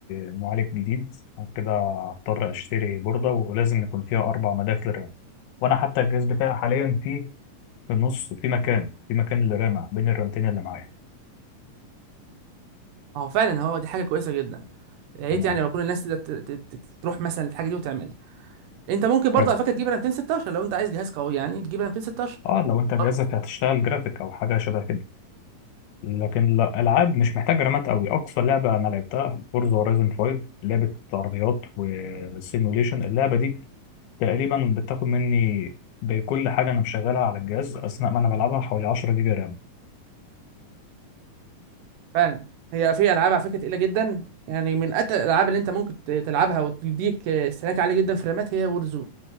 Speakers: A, on the left; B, on the right.
A: معالج جديد كده هضطر أشتري بوردة ولازم يكون فيها أربع مداخل رام وأنا حتى الجهاز بتاعي حاليا فيه في النص في مكان في مكان للرامة بين الرامتين اللي معايا
B: ما هو فعلا هو دي حاجه كويسه جدا يا ريت
A: تمام
B: يعني لو كل الناس تقدر ت- ت- ت- تروح مثلا الحاجه دي وتعملها انت ممكن برضه
A: حلو
B: على فكره تجيب رامتين 16 لو انت عايز جهاز قوي يعني تجيب رامتين 16
A: اه لو انت جهازك
B: برضه
A: هتشتغل جرافيك او حاجه شبه كده لكن لا العاب مش محتاج رامات قوي اقصى لعبه انا لعبتها فورزا هورايزن 5 لعبه عربيات وسيموليشن اللعبه دي تقريبا بتاخد مني بكل حاجة أنا مشغلها على الجهاز أثناء ما أنا بلعبها حوالي 10 جيجا رام
B: فعلا هي في العاب على فكره تقيله جدا يعني من اتقل الالعاب اللي انت ممكن ت- تلعبها وتديك استهلاك عالي جدا في الرامات هي وورزون